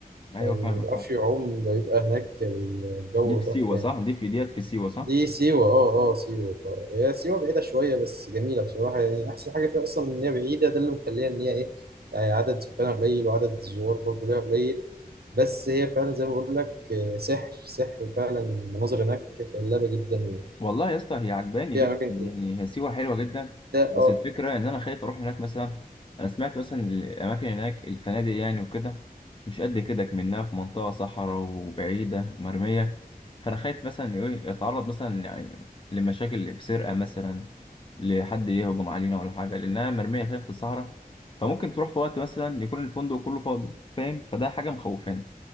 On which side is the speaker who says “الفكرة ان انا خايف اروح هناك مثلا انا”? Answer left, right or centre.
Left